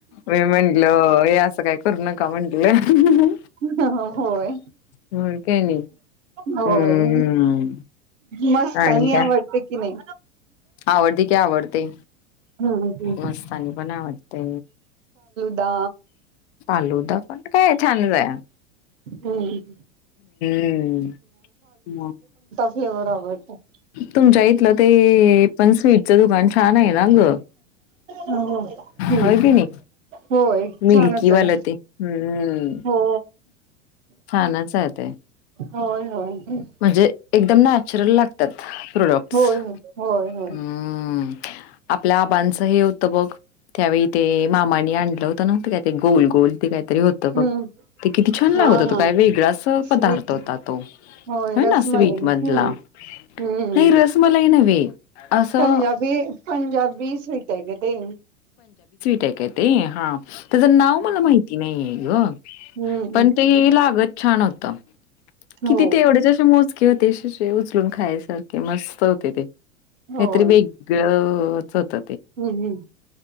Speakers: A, on the left (about 55°); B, on the right (about 70°).
A: मी म्हंटल हे असं काय करू नका म्हंटलं.
B: होय
A: हो काय नाही
B: होय.
A: हम्म
B: मस्त
A: आणि का
B: आवडते की नाही
A: <inaudible> आवडते
B: हम्म हम्म
A: मस्तानी पण आवडते.
B: दा
A: फालुदा. म काय छानचं हाय.
B: हम्.
A: अ <inaudible>
B: फ्लेवर आवडतो?
A: तुमच्या इथलं ते हे पण स्वीटचं दुकान छान आहे. ना ग
B: ह.
A: होय की नाही.
B: होय
A: मिल्कीवालं
B: छानच आहे.
A: ते हम्म
B: हो.
A: छानच आहे ते
B: होय, होय. हम्म
A: म्हणजे एकदम नॅचरल लागतात प्रोडक्ट्स.
B: होय हो होय होय
A: हम्मम. आपल्या आबांचं हे होतं बघ त्यावेळी ते मामानी आणलं होत ना ते काय ते गोल-गोल ते काय तरी होत बघ
B: हम्म
A: ते किती छान लागत
B: हा
A: होत
B: हा
A: काय वेगळाच पदार्थ
B: स्वीट
A: होता तो.
B: होय रसमलाई
A: ना स्वीट मधला
B: हम्, हम्म
A: नाही रसमलाई नव्हे. असं
B: पंजाबी, पंजाबी स्वीट आहे ग ते.
A: त्या काय ते हा. त्याचं नाव मला माहिती नाहीये. ह्यो
B: हम्म
A: पण ते लागत छान हो तम किती
B: हो
A: ते एवढेचेच. मोजके होते <unintelligible> उचलून खायासारखे मस्त होते ते.
B: होय
A: काहीतरी वेगळं होतं होत.
B: हम्म, हम्म,